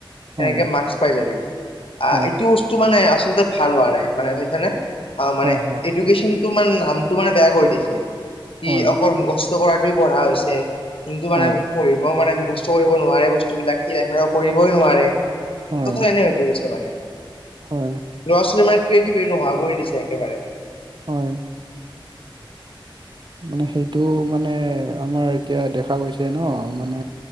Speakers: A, on the left; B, on the right.
A: তেনেকে
B: হয়
A: মাৰ্কচ পাই যাবি। আহ
B: হয়
A: এইটো বস্তু মানে আচলতে ভাল হোৱা নাই মানে ধেইখানে মানে
B: হয়
A: এডুকেশ্যন মানে নামটো মানে বেয়া কৰি দিছে কি
B: হয়
A: অকল মুখস্থ কৰাটোৱে পঢ়া হৈছে। যোনটো মানে
B: হয়
A: পঢ়িব মানে মুখস্থ কৰিব নোৱাৰে বস্তুবিলাক সি লাইফত কৰিবই নোৱাৰে।
B: হয়
A: ত খালে এনে হৈ পৰিছে মানে।
B: হয়।
A: ল'ৰা -ছোৱালীৰ মানে ক্ৰিয়েটিভিটি নোহোৱা কৰি দিছে একেবাৰে।
B: হয়। মানে সেইটো মানে আমাৰ এতিয়া দেখা গৈছে ন মানে